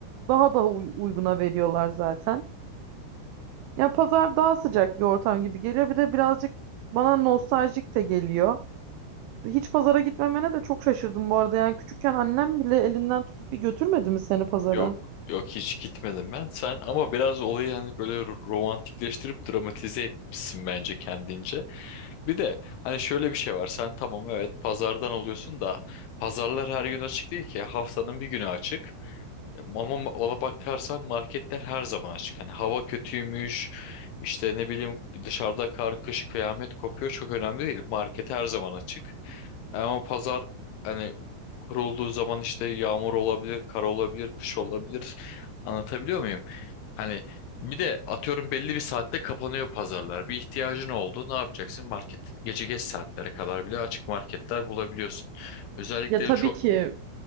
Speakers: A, on the right; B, on the left.
A: daha da uy- uyguna veriyorlar zaten. Ya pazar daha sıcak bir ortam gibi geliyor. Bir de birazcık bana nostaljik de geliyor. Hiç pazara gitmemene de çok şaşırdım bu arada. Yani küçükken annem bile elinden tutup bir götürmedi mi seni pazara?
B: Yok. Yok hiç gitmedim ben. Sen ama biraz olayı hani böyle ro- romantikleştirip dramatize etmişsin bence kendince. Bir de hani şöyle bir şey var. Sen tamam evet pazardan alıyorsun da pazarlar her gün açık değil ki. Haftanın bir günü açık. Ama ona bakarsan marketler her zaman açık. Hani hava kötüymüş, işte ne bileyim dışarıda kar, kış, kıyamet kopuyor çok önemli değil. Market her zaman açık. Ama pazar hani kurulduğu zaman işte yağmur olabilir, kar olabilir, kış olabilir. Anlatabiliyor muyum? Hani bir de atıyorum belli bir saatte kapanıyor pazarlar. Bir ihtiyacın oldu, ne yapacaksın? Market gece geç saatlere kadar bile açık marketler bulabiliyorsun. Özellikle
A: Ya tabii
B: çok
A: ki.